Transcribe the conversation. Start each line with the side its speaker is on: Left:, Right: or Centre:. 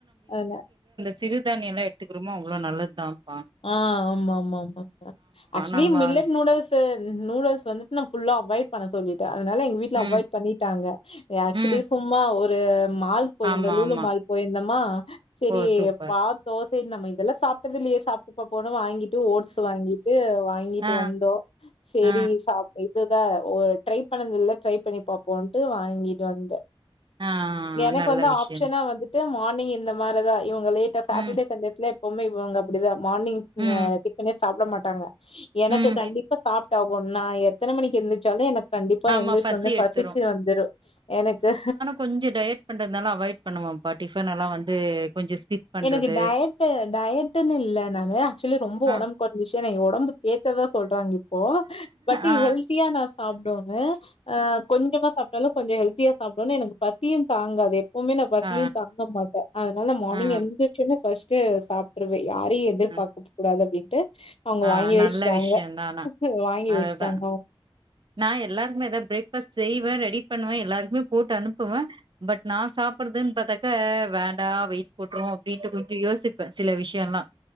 Left: அதா
Right: சிறுதானியோல்லா எடுத்துக்குறோமோ அவ்ளோ நல்லதுதாம்பா
Left: ஆ ஆமா ஆமா ஆமா ஆக்சுவலி
Right: நம்ம
Left: மில்லட்
Right: அந்த-
Left: நூடுல்ஸ் த்து நூடுல்ஸ் வந்துட்டு நா ஃபுல்லா அவாய்ட் பண்ண சொல்லிட்டே அதுனால எங்க வீட்ல
Right: ம்,
Left: அவாய்ட் பண்ணிட்டாங்க ஆக்சுவலி
Right: ம்.
Left: சும்மா ஒரு மால் போயிருந்தோ
Right: ஆமா,
Left: லுலு
Right: ஆமா.
Left: மால் போயிருந்தம்மா செரி
Right: ஓ சூப்பர்.
Left: பாத்தோ செரி நம்ம இதெல்லா சாப்ட்டதில்லையே சாப் இப்பக் கூட வாங்கிட்டு ஓட்ஸ் வாங்கிட்டு வாங்கிட்டு
Right: ஆ,
Left: வந்தோ செரி
Right: ஆ,
Left: சாப் இதுதா ஒ ட்ரை பண்ணது இல்ல ட்ரை பண்ணி பாப்போன்ட்டு வாங்கிட்டு வந்தே
Right: ஆ
Left: எனக்கு
Right: நல்ல
Left: வந்து
Right: விஷயம்.
Left: ஆப்ஷனா வந்துட்டு மார்னிங் இருந்த மாரிதா இவுங்க லேட்டா சாப்ட்டுட்டு
Right: ம்,
Left: செஞ்சட்லே <unintelligible> பாங்க அப்புடிதா மார்னிங் இந்த
Right: ம்,
Left: டிஃபனே சாப்ட மாட்டாங்க எனக்கு
Right: ம்.
Left: கண்டிப்பா சாப் ஆகு நா எத்தன மணிக்கு எந்திச்சாலு எனக் கண்டிப்பா
Right: ஆமா
Left: எந்திச்சொன்னே
Right: பசி
Left: பசிச்சு
Right: எடுத்துரும்.
Left: வந்துரு எனக்கு
Right: கொஞ்ச டயட் பண்றதுனால அவாய்ட் பண்ணுவம்ப்பா டிஃபன் எல்லா வந்து கொஞ்சோ ஸ்கிப் பண்றது
Left: எனக்கு டயட்டு டயட்டுன்னு இல்ல நானு ஆக்சுவலி ரொம்ப
Right: ஆ
Left: ஒடம்பு கொறஞ்சுச்சு என்ன ஒடம்ப தேத்ததா சொல்றாங்க இப்போ பட்
Right: ஆ
Left: ஹெல்த் தியா நா சாப்டோனு ஆ கொஞ்சமா சா ப்டாலு கொஞ்ச ஹெல்தியா சாப்டோனே எனக்கு பசியு தாங்காது எப்பவுமே நா பசியு
Right: ஆ
Left: தாங்க மாட்ட அதனால மா
Right: ஆ
Left: பசிச்சின்னா ஃபஸ்டு சாப்ட்ருவ யாரையு எதிர்
Right: ஆ
Left: பாக்க கூடாது அப்டின்ட்டு அவங்க
Right: ஆ
Left: வாங்கி வெச்ட்டாங்க
Right: நல்ல விஷயந்தா ஆனா
Left: வாங்கி
Right: அதுதா
Left: வெச்ட்டாங்க அவங்க
Right: நா எல்லாருக்குமேதா பிரேக் ஃபாஸ்ட் செய்வ ரெடி பண்ணுவ எல்லாருக்குமே போட்டு அனுப்புவ பட் நா சாப்புடுறதுன் பாத்தாக்க வேண்டா வெயிட் போட்ருவோ அப்டின்ட்டு கொஞ்ச யோசி ப்ப சில விஷயல்லா